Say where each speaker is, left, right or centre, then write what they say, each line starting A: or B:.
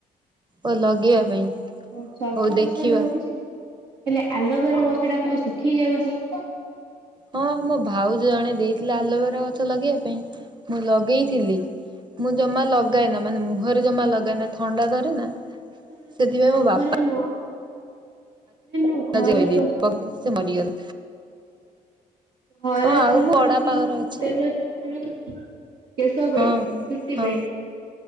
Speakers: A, on the right; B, on the right.
A: ଓ ଲଗେଇବା ପାଇଁ।
B: ହ ସବୁ
A: ହଉ ଦେଖିବା
B: ଓଛରେ ରଉଛି। ହେଲେ ଆଲୋଭେରା ଗଷ ଟା ଖାଲି ଶୁଖି ଯାଉଛି।
A: ହଁ ମୋ ଭାଉଜ ଜଣେ ଦେଇଥିଲେ ଆଲୋଭେରା ଗଛ ଲଗେଇବା ପାଇଁ ମୁଁ ଲଗେଇଥିଲି ମୁଁ ଜମା ଲଗାଏନା ମାନେ ମୁହଁରେ ଜମା ଲଗାଏନା ଥଣ୍ଡା ଧରେ ନା।
B: ହୋନ
A: ସେଥିପାଇଁ
B: ମହରେ
A: ମୋ ବାପା
B: ନ ନା ଘରେ
A: ଧୋଇଦେଇ
B: ହ
A: ସେ ମରିଗଲା
B: ଘରେ
A: ହଁ ଆଉ
B: ପ୍ରସ୍ତୁତି
A: ମୋ ବଡବାପା ଘର ଅଛି
B: ତେଲ ଯୋଉ କରନ କେଶ ପାଇଁ
A: ହଁ ହଁ
B: ଚଛୁଟି
A: ହଁ
B: ପାଇଁ।